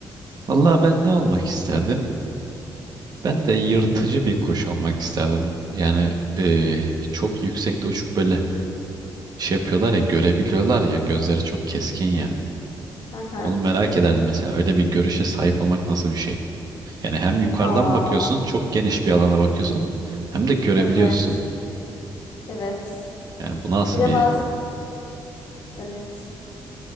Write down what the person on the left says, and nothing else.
Aha.
Aa,
evet. Evet.
Bir de
bazı evet.